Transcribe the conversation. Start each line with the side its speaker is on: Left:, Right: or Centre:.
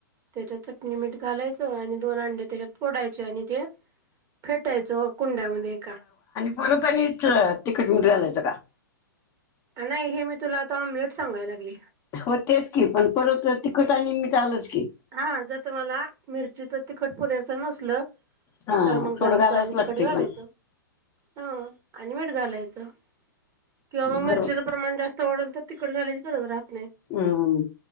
Right: त्याच्या चटणी मीठ घालायचं. आणि दोन अंडे त्याच्यात फोडायचे आणि ते फेट- फेटायच कुंड्यामध्ये एका.
Left: बरतनीच तिखट मिट घलायचं का.
Right: नाही हे मी तुला आता ऑम्लेट सांगायला लागले.
Left: हो तेच की पण परत तिखट आणि मिट आलंच की
Right: हा जर त मला मिरचीच तिखट पुरेस नसल
Left: हा
Right: तर मग
Left: थोडं
Right: जरा
Left: घालावंच
Right: सं आणी
Left: लागतंय
Right: तिकट घालायच
Left: पण
Right: हा. आणि मीठ घालायचं किंवा मग
Left: बरोबर
Right: मिरचीचं प्रमाण जास्त वाढल, तर तिकट घालायची गरजच राहत
Left: हम्म